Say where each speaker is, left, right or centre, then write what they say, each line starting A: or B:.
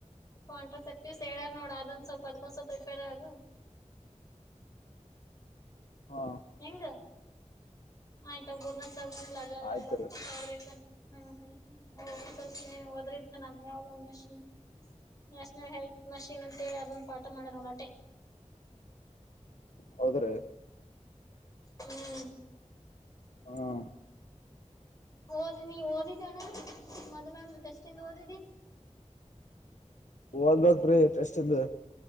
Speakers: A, on the left; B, on the left.
A: ಕಂಟ್ರಾಸೆಪ್ಟಿವ್ಸ್ ಹೇಳರ್ ನೋಡ ಅದೊ ಒಂದು ಸ್ವಲ್ಪ ಅದಿಕ್ಕೆ ಒಂದು ಸ್ವಲ್ಪ ಪ್ರಪೇರ್ ಆಗು
B: ಹಾ
A: ಹೆಂಗ ಆಯ್ತಾ ಗುರ್ನ ಲಡ್ಲಡ್ತ
B: ಆಯ್ತ್ರಿ
A: <unintelligible> ಹ್ಮ ಒಸಿ ಒಸಿನೆ ಹೋದ್ರ ಇರ್ತಾನ ನಾವು ಹೋಗೋ ಮುಂಚೆನೇ ನ್ಯಾಷನಲ್ ಹೆಲ್ತ್ ಮಷಿನ್ ಅಂತೇಳಿ ಅದೊಂದು ಪಾಠ ಮಾಡೋರೇ ಅಷ್ಟೇ
B: ಹೌದ್ರೀ
A: ಹ್ಮ್
B: ಹಾ
A: ಓದ್ನೀ ನೀ ಓದಿದಣ್ಣ ಮೊದ್ಲು ಟೆಸ್ಟಿಂದ ಓದಿದಿ
B: ಓದಬೇಕ್ರಿ ಟೆಸ್ಟಿಂದು